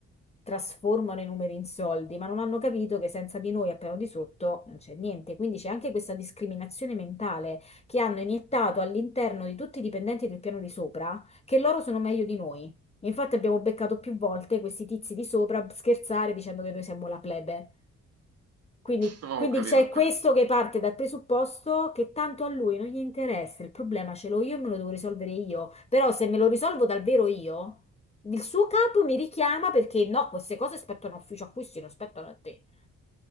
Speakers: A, on the left; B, on the right.
A: trasformano i numeri in soldi, ma non hanno capito che senza di noi al piano di sotto non c'è niente. Quindi c'è anche questa discriminazione mentale che hanno iniettato all'interno di tutti i dipendenti del piano di sopra, che loro sono meglio di noi. Infatti abbiamo beccato più volte questi tizi di sopra scherzare dicendo che noi siamo la plebe. Quindi,
B: No,
A: quindi
B: ho capito,
A: c'è
B: ho capito.
A: questo che parte dal presupposto che tanto a lui non gli interessa, il problema ce l'ho io e me lo devo risolvere io. Però se me lo risolvo davvero io, il suo capo mi richiama perché no, queste cose spettano a ufficio a cui si non spettano a te.